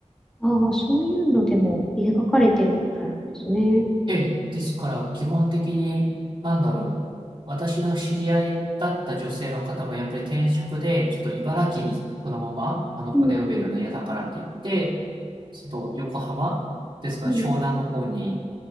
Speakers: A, in the centre; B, on the right.
A: ああ、そういうのでも描かれてることあるんですね。
B: ええ、ですから、基本的に、なんだろう。私の知り合いだった女性の方も、やっぱり転職で、ちょっと茨城にこのまま、あの、
A: うん、
B: 骨埋めるの嫌だからって言って、ちょっと横浜ですかね、
A: うん、
B: 湘南の方に